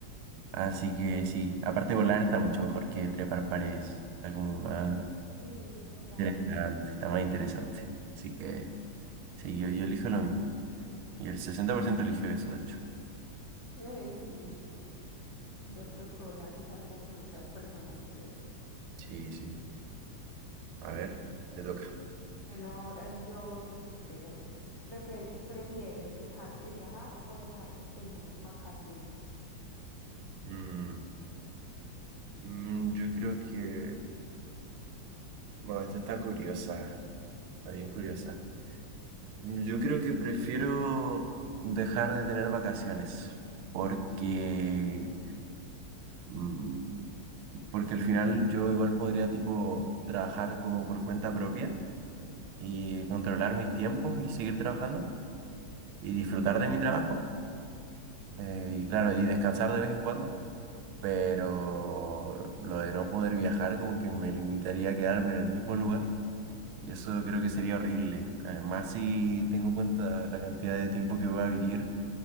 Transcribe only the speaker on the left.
Sí, total.
<laughs> Sí, Yo creo que volar es algo que muchas personas quieren.
Bueno, ahora yo te pregunto, ¿prefer- ¿prefieres dejar de viajar o dejar de tener vacaciones?